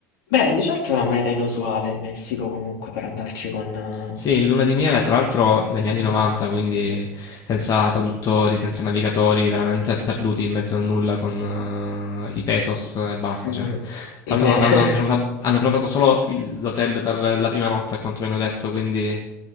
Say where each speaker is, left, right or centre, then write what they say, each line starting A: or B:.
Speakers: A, on the left; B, on the left.
A: Beh, di certo è una meta inusuale il Messico comunque per andarci con... eh,
B: Sì, in Luna di Miele, tra l'altro negli
A: mm,
B: anni 90, quindi senza traduttori, senza navigatori, veramente sperduti in mezzo al nulla con eh, i pesos e basta.
A: mm,
B: Cioè. Tra
A: in
B: l'altro
A: me-
B: non
A: <laughs>
B: hanno prenota- hanno prenotato, solo il- l'hotel per la prima notte, a quanto mi hanno detto, quindi